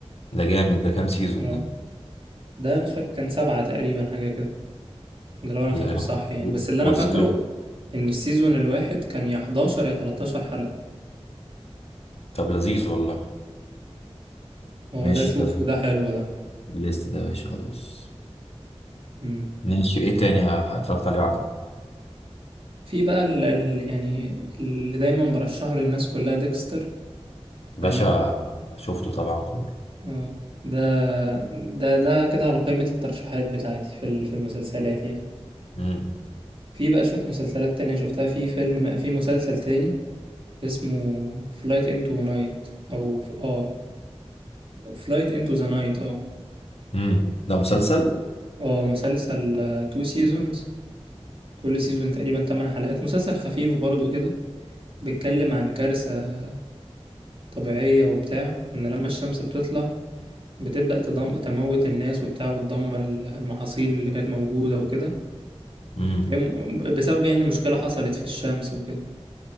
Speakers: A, on the left (about 65°); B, on the right (about 55°).
A: ده جامد ده كام سيزون
B: اه
A: ده
B: ده مش فاكر كان سبعة تقريبا حاجة كده ده لو انا فاكر
A: يا
B: صح يعني بس اللي انا
A: بص
B: فاكره ان السيزون الواحد كان يا 11 يا 13 حلقة
A: طب لذيذ والله
B: هو
A: ماشي
B: ده شوف
A: ده في
B: وده حلو ده
A: الليست ده يا باشا خلاص
B: مم.
A: ماشي ايه تاني ه- اتفرجت عليه وعجبك
B: في بقى ال ال يعني اللي دايما برشحه للناس كلها ديكستر
A: باشا
B: تمام
A: شفته طبعا كله
B: اه ده ده ده كده على قائمة الترشيحات بتاعتي في ال- في المسلسلات يعني
A: امم
B: في بقى شوية مسلسلات تانية شفتها في فيلم في مسلسل تاني اسمه فلايت انتو نايت او اه فلايت انتو ذا نايت اه
A: امم ده مسلسل
B: اه مسلسل تو سيزونز كل سيزون تقريبا 8 حلقات مسلسل خفيف برضو كده بيتكلم عن كارثة طبيعية وبتاع ان لما الشمس بتطلع بتبدأ تضم... تموت الناس وبتاع وتدمر ال- المحاصيل اللي كانت موجودة وكده
A: امم
B: فاهم؟ بسبب يعني مشكلة حصلت في الشمس وكده